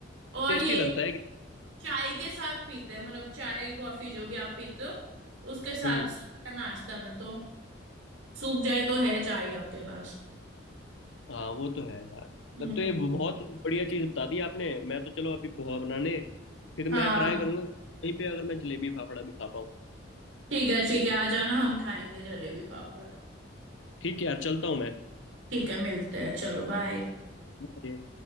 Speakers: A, on the right; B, on the left.
A: और
B: टेस्टी
A: ये
B: लगता है कि-
A: चाय के साथ पीते हैं मतलब चाय कॉफी जो भी आप पीते हो उसके साथ
B: हम्म
A: सूखा नाश्ता में तो सूख जाए तो है चाय आपके पास
B: हाँ वो तो है यार
A: हम्म
B: तब तो ये बहुत बढ़िया चीज बता दी आपने मैं तो चलो अभी पोहा बनाने फिर
A: हाँ
B: मैं ट्राई करूंगा कहीं पे अगर मैं जलेबी फाफड़ा भी खा पाऊँ
A: ठीक है ठीक है आ जाना हम खाएंगे जलेबी फाफड़ा
B: ठीक है यार चलता हूँ
A: ठीक है मिलते हैं चलो बाय
B: मैं